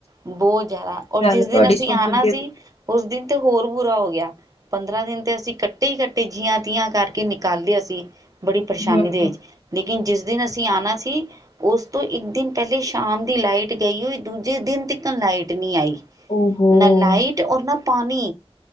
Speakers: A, on the right; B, on the left.
A: ਬਹੁਤ ਜ਼ਿਆਦਾ। ਔਰ
B: ਗੱਲ
A: ਜਿਸ
B: ਤੁਹਾਡੀ
A: ਦਿਨ, ਅਸੀਂ
B: ਸੁਣ
A: ਆਉਣਾ
B: ਸੁਣ
A: ਸੀ।
B: ਕੇ
A: ਉਸ ਦਿਨ ਤੇ, ਹੋਰ ਬੁਰਾ ਹੋ ਗਿਆ। ਪੰਦਰਾਂ ਦਿਨ ਤਾਂ ਅਸੀਂ ਕੱਟੇ ਹੀ ਕੱਟੇ ਜੀਆਂ ਤੀਆਂ ਕਰਕੇ ਨਿਕਾਲਦੇ ਅਸੀਂ ਬੜੀ ਪਰੇਸ਼ਾਨੀ
B: ਹਮ
A: ਦੇ ਵਿੱਚ ਲੇਕਿਨ ਜਿਸ ਦਿਨ ਅਸੀਂ ਆਉਣਾ ਸੀ। ਉਸ ਤੋਂ ਇੱਕ ਦਿਨ ਪਹਿਲੇ ਸ਼ਾਮ ਦੀ ਲਾਈਟ ਗਈ ਹੋਈ ਦੂਜੇ ਦਿਨ ਤਨ ਲਾਈਟ ਨਹੀਂ ਆਈ
B: ਓਹੋ
A: ਨਾ ਲਾਈਟ ਔਰ ਨਾ ਪਾਣੀ